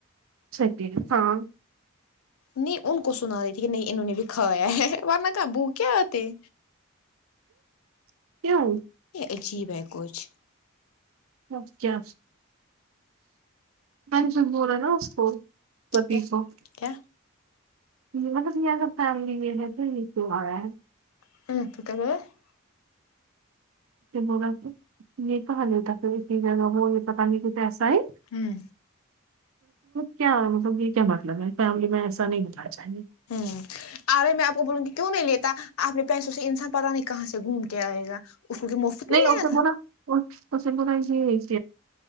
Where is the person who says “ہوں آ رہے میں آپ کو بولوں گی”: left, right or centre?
Left